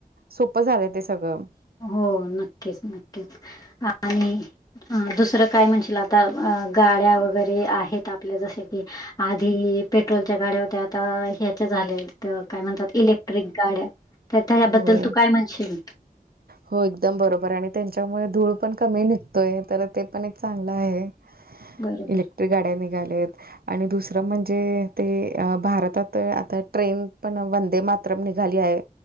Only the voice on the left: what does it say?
हो नक्कीच, नक्कीच, आणि अ दुसरं काय म्हणशील आता अ गाड्या वगैरे आहेत आपल्या, जसे की आधी पेट्रोलच्या गाड्या होत्यात. ता ह्याचे झालेय. तर काय म्हणतात इलेक्ट्रिक गाड्या तर हबद्दल
तू काय म्हणशील.
बरोबर.